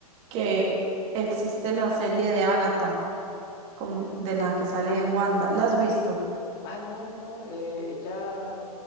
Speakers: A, on the right; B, on the left.
A: que existe la serie de Agatha, como- de la que sale en Wanda. ¿La has visto?
B: Ah, no, no, eh, ella,